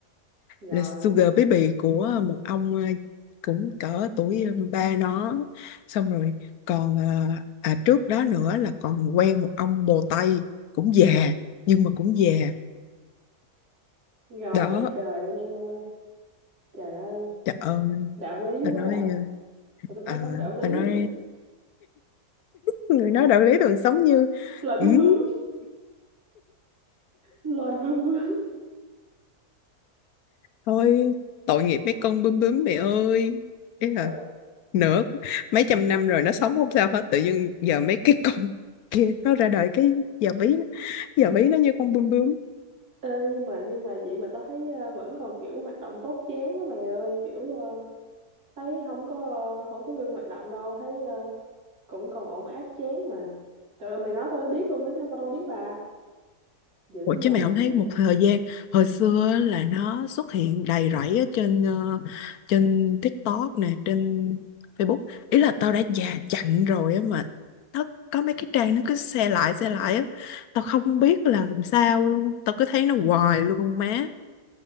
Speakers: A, on the right; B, on the left.
A: rồi
B: là Sugar Baby của ờ, một ông ờ, cũng cỡ tuổi ờ, ba nó xong rồi còn ờ, à, trước đó nữa là còn quen một ông bồ Tây cũng già nhưng mà cũng già
A: rồi
B: đó
A: đẹp đời luôn em ơi trời ơi
B: trời ơi
A: đạo lý
B: ta
A: quá
B: nói
A: à Mà tao nói
B: ờ, à,
A: sống đạo lý
B: ta nói
A: à.
B: người nói đạo lý đời sống như
A: loài bướm
B: "Ừm,
A: bướm loài bướm bướm
B: thôi tội nghiệp mấy con bướm bướm mẹ ơi ý là
A: Ờ,
B: nửa mấy trăm năm rồi nó sống không sao hết tự nhiên giờ mấy cái con <laughs> kia nó ra đời cái giờ ví giờ ví nó như con bướm bướm
A: ê, nhưng mà nhưng mà vậy mà tao thấy ờ, vẫn còn kiểu hoạt động tốt chán á mày ơi kiểu ờ, thấy không có ờ, không có ngưng hoạt động đâu thấy ờ, cũng còn ổn áp chán mà trời ơi mày nói tôi mới biết luôn á chứ tao đâu biết bà dữ
B: Ủa chứ
A: dằn
B: mày không thấy
A: vậy
B: một thời gian hồi xưa á là nó xuất hiện đầy rẫy ở trên ờ, trên TikTok nè trên Facebook ý là tao đã già chặn rồi á mà nó có mấy cái trang nó cứ share lại share lại á tao không biết là làm sao luôn tao cứ thấy nó hoài luôn má